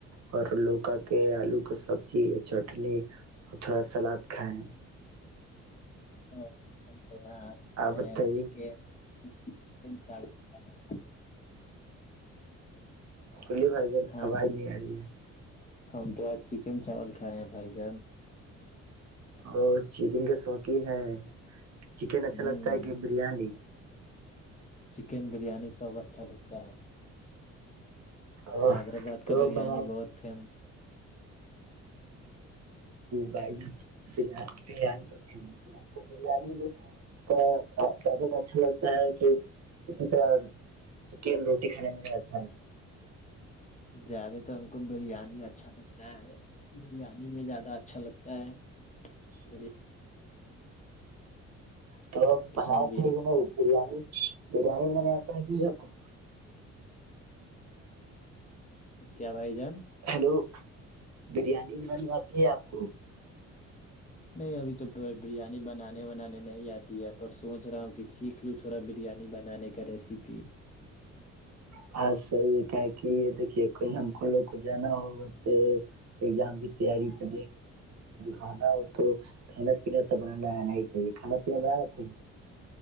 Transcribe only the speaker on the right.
اور لوکا کے آلو کا سبزی چٹنی اور تھوڑا سلاد کھائے
آپ
بتائیے
بلیے بھائی بن
آواز نہیں آ رہی ہے <unintelligible>
اور چیزن کے شوقین ہے <unintelligible> چکن اچھا
لگتا ہے کہ بریانی
اور
تو
بنا
بھائی جان بریانی تو فیمس ہے آپ کو بریانی بھی کا زیادہ اچھا لگتا ہے کہ اسی طرح چکن روٹی کھانے میںا ہے <unintelligible>
تو بنار
تھ گئے ن برییاانی <unintelligible> بریانی بنے آتا ہے پ آ کو <unintelligible>
ہیلو <unintelligible> بریانی ب <unintelligible> تی ہے آپ کو <unintelligible>
بس سا یہ کک یہ دیکھیے کہ ہم کووگ <unintelligible> جنا ہوگتےے <unintelligible> ایگزام کی تیاری پے رہنا ہو تو کھانا پینا ب نہیں ج کانا پییا بڑ <unintelligible> ا <inaudible>